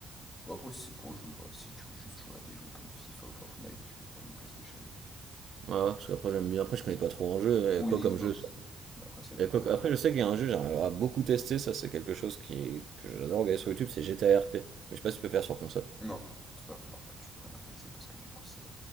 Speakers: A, on the left; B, on the right.
A: Bon, après, si c'est pour jouer, vrai, si tu veux juste jouer à des jeux comme FIFA ou Fortnite, tu peux prendre une PlayStation.
B: Ouais, parce qu'après, j'aime bien. Après, je connais pas trop en jeu. Il y
A: Ou
B: a quoi
A: une
B: comme
A: Xbox.
B: jeu? sur-
A: Mais après, ça dépend.
B: il y a quoi que- Après,
A: hein.
B: je sais qu'il y a un jeu, j'aimerais à beaucoup tester, ça, c'est quelque chose qui... que j'adore regarder sur YouTube, c'est GTA RP. Mais je sais pas si tu peux faire sur console.
A: Non, il va falloir que tu prennes un PC parce que du coup, c'est